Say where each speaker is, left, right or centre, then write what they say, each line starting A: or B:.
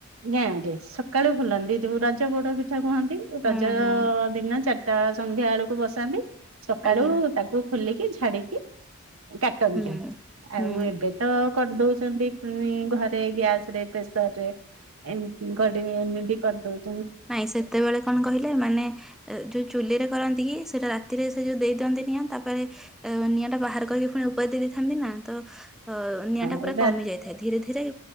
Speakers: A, on the right; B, in the centre.
A: ଗାଁ ରେ ସକାଳୁ ଖୁଲନ୍ତି ଯୋଉ ରଜ ହୁଡ ପିଠା କୁହନ୍ତି
B: ହୁଁ
A: ରଜ
B: ହୁଁ
A: ଦିନ ଚାରି ଟା ସନ୍ଧ୍ୟା ବେଳକୁ ବସାନ୍ତି ସକାଳୁ
B: ଆଜ୍ଞା
A: ତାକୁ ଖୋଲିକି ଛାଡିକି କାଟନ୍ତି।
B: ହୁଁ। ହୁଁ
A: ଆଉ ଏବେ ତ କରିଦଉଛନ୍ତି। ପୁଣି ଘରେ ଗ୍ୟାସ ରେ ପ୍ରେସର ରେ ଏମ
B: ଆଜ୍ଞା।
A: ଗଡିି ଏମିତି କରିଦଉଛି।
B: ନାଇଁ ସେତେବେଳେ କଣ କହିଲେ? ମାନେ ଏ ଯୋଉ ଚୁଲିରେ କରନ୍ତି କି ସେଇଟା ରାତିରେ ସେ ଯୋଉ ଦେଇ ଦିଅନ୍ତି ନିଆଁ ତାପରେ ଅ, ନିଆଁ ଟା ବାହାର କରିକି ପୁଣି ଉପରେ ଦେଇଥାନ୍ତି ନା ତ ଅ, ନିଆଁ ଟା
A: ହଁ
B: ପୁରା
A: ରା
B: କମି ଯାଇଥାଏ ଧୀରେ ଧୀରେ